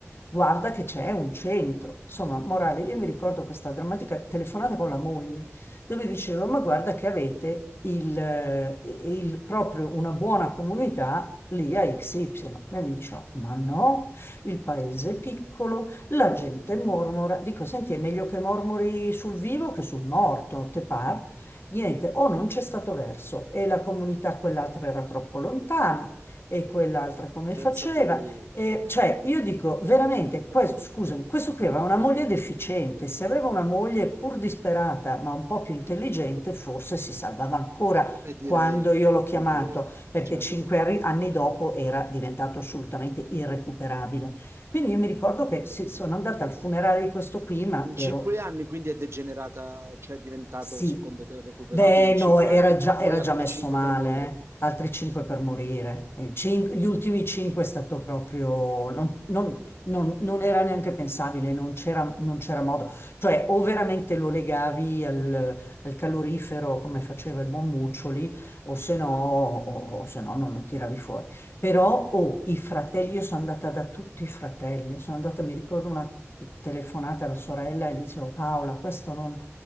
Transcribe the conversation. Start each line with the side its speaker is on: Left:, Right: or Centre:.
Left: guarda che c'è un centro. Insomma, morale, io mi ricordo questa drammatica telefonata con la moglie, dove dicevo, ma guarda che avete il, eh, il- proprio una buona comunità lì a XY. E mi diceva, ma no, il paese è piccolo, la gente mormora. Dico, senti, è meglio che mormori sul vivo che sul morto, te par? niente, o non c'è stato verso e la comunità quell'altra era troppo lontana e quell'altra come
Right: pensa
Left: faceva.
Right: tu,
Left: E, cioè, io dico veramente, questo, scusami, questo qui aveva una moglie deficiente, se aveva una moglie pur disperata ma un po' più intelligente, forse si salvava ancora
Right: e direi,
Left: quando io l'ho chiamato,
Right: e direi,
Left: perché
Right: certo.
Left: cinque arri- anni dopo era diventato assolutamente irrecuperabile. Quindi io mi ricordo che sì, sono andata al funerale di questo qui, ma
Right: In
Left: ero
Right: cinque anni quindi è degenerata, cioè è diventato
Left: sì.
Right: secondo te recuperabile
Left: Beh,
Right: in
Left: no,
Right: cinque
Left: era
Right: anni e
Left: già,
Right: poi
Left: era
Right: altri
Left: già messo
Right: cinque
Left: male,
Right: per morire.
Left: eh. Altri 5 per morire. Eh, cin- gli ultimi 5 è stato proprio... Non, non- non- non era neanche pensabile, non c'era non c'era modo. Cioè, o veramente lo legavi al, al calorifero come faceva il buon Muccioli, o se no, o- o se no non lo tiravi fuori. Però oh, i fratelli, io sono andata da tutti i fratelli, sono andata, mi ricordo una telefonata alla sorella e gli dicevo Paola, questo non,